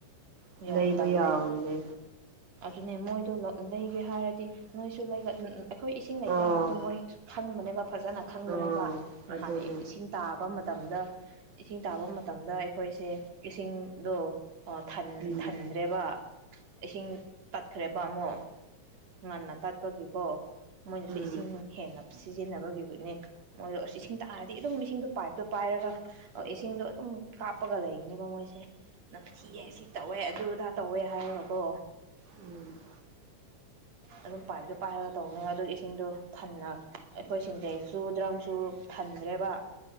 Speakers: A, on the right (about 55°); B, on the right (about 70°).
A: ꯌꯥꯝ
B: ꯂꯩꯕꯩ
A: ꯇꯜꯂꯦ
B: ꯑꯕꯏꯅꯦ
A: ꯑꯗꯨꯅꯦ ꯃꯣꯏꯗꯣ ꯂꯩꯒꯦ ꯍꯥꯏꯔꯗꯤ ꯅꯣꯏꯁꯨ ꯂꯩ ꯑꯩꯈꯣꯏ ꯏꯁꯤꯡ ꯂꯩꯇꯦ
B: ꯑꯣ
A: ꯍꯥꯏꯕꯗꯣ ꯃꯣꯏ ꯈꯪꯕꯅꯦꯕ ꯐꯖꯅ ꯈꯪꯕꯅꯦꯕ
B: ꯑꯣ
A: ꯅꯍꯥꯟ
B: ꯑꯗꯨꯅꯦ
A: ꯏꯁꯤꯡ ꯇꯥꯕ ꯃꯇꯝꯗ ꯏꯁꯤꯡ ꯇꯥꯕ ꯃꯇꯝꯗ ꯑꯩꯈꯣꯏꯁꯦ ꯏꯁꯤꯡꯗꯣ ꯊꯟꯗ꯭ꯔꯦꯕ
B: ꯎꯝ
A: ꯏꯁꯤꯡ ꯇꯠꯈ꯭ꯔꯦꯕ ꯑꯃꯨꯛ ꯉꯟꯅ ꯇꯠꯄꯒꯤꯀꯣ ꯃꯣꯏꯅꯁꯨ
B: ꯎꯝ
A: ꯏꯁꯤꯡ ꯍꯦꯟꯅ ꯄꯤ ꯁꯤꯖꯤꯟꯅꯕꯒꯤꯅꯦ ꯃꯣꯏꯗꯣ ꯑꯁ ꯏꯁꯤꯡ ꯇꯥꯔꯗꯤ ꯑꯗꯨꯝ ꯏꯁꯤꯡꯗꯣ ꯄꯥꯏꯞꯇꯣ ꯄꯥꯏꯔꯒ ꯏꯁꯤꯡꯗꯣ ꯑꯗꯨꯝ ꯀꯥꯞꯄꯒ ꯂꯩꯒꯅꯦꯕ ꯃꯣꯏꯁꯦ ꯅꯝꯊꯤꯌꯦ
B: ꯎꯝ
A: ꯁꯤ ꯇꯧꯋꯦ ꯑꯗꯨ ꯑꯗꯥ ꯇꯧꯋꯦ ꯍꯥꯏꯌꯦꯕꯀꯣ
B: ꯎꯝ
A: ꯑꯗꯨꯝ ꯄꯥꯏꯞꯇꯣ ꯄꯥꯏꯔꯒ ꯇꯧꯕꯅꯤꯅ ꯑꯗꯨꯒꯤ ꯏꯁꯤꯡꯗꯣ ꯊꯟꯅ ꯑꯩꯈꯣꯏ ꯁꯤꯟꯗꯩ ꯁꯨ ꯗ꯭ꯔꯝꯁꯨ ꯊꯟꯗ꯭ꯔꯦꯕ